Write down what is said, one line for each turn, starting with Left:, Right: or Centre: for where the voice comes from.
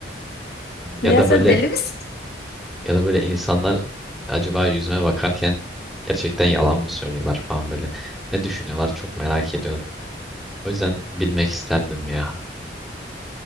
Centre: Ya
Left: Ya
Centre: da
Left: sen
Centre: böyle
Left: deli misin?
Centre: ya da böyle insanlar acaba yüzüme bakarken gerçekten yalan mı söylüyorlar falan böyle. Ne düşünüyorlar çok merak ediyorum. O yüzden bilmek isterdim ya.